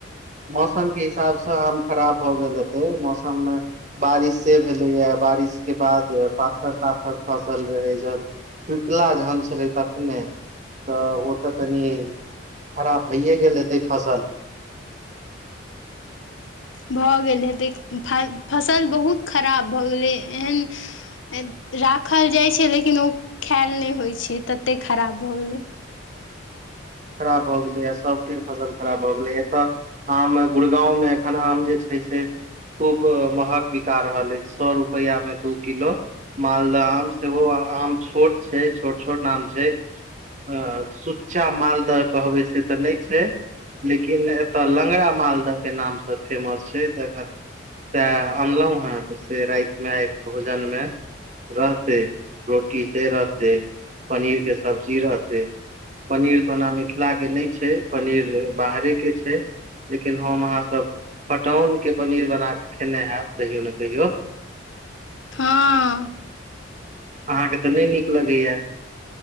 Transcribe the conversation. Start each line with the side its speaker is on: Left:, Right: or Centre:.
Right: मौसम के हिसाबसे आम खराब भ गेल हेतै मौसममे बारिश से भेलैए बारिश के बाद पाथर ताथर खसल रहै जन टिकला जहन छलै तखने तऽ ओ तऽ कनि खराब भइए गेल हेतै फसल
Left: भऽ गेल हेतेक फ फसल बहुत खराब भऽ गेलै एहन राखल जाइत छै लेकिन ओ खायल नहि होइ छै ततेक खराब भऽ गेलै
Right: खराब भए गेले आ सबके फसल खराब भए गेले एतऽ आम गुड़गांव मे एखन आम जे छै से खूब महग बिका रहल अछि सौ रुपैया मे दू किलो मालदाह आम सेहो आम छोट छै छोट छोट आम छै ह सुच्चा मालदह कहबै से तऽ नहि छै लेकिन एतय लंगरा मालदहके नामसे फेमस छै तऽ एखन तऽ अनलहुँ हे त से रातमे आई भोजनमे रहतै रोटी से रहतै पनीर के सब्जी रहतै पनीर तऽ ओना मिथिलाके नहि छै पनीर बाहरेके छै लेकिन हम अहाँसब फटौनके पनीर बना कऽ खेने हेब कहियो ने कहियो
Left: हाँ
Right: अहाँके तऽ नहि नीक लगैए